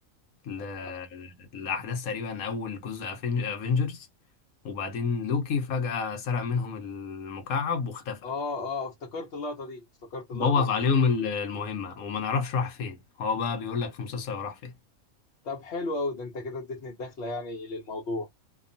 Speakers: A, on the left; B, on the left.
A: ل-
B: اه
A: لأحداث تقريبا أول جزء افنجرز وبعدين لوكي فجأة سرق منهم المكعب واختفى
B: اه آه، افتكرت اللقطه دي افتكرت اللقطه
A: بوظ
B: دي
A: عليهم ال- المهمة وما نعرفش راح فين هو بقى بيقول لك في مسلسل هو راح فين
B: طب حلو قوي ده انت كده اديتني الدخله يعني للموضوع